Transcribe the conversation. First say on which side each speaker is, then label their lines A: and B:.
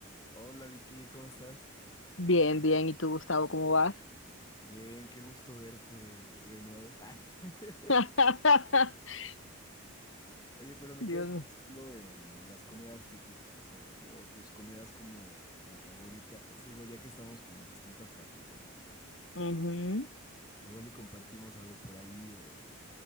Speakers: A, on the left (about 20°); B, on the left (about 65°).
A: Hola Vicky, ¿cómo estás?
B: Bien, bien. ¿Y tú, Gustavo, cómo vas?
A: Bien, qué gusto verte de nuevo. Ah. <laughs>
B: <laughs>
A: Oye, pero me
B: Dios
A: quedé pensando
B: mío.
A: en las comidas típicas o, o tus comidas como, como favoritas. Digo, ya que estamos como en distintas partes del mundo.
B: Ujú.
A: Igual y compartimos algo por ahí o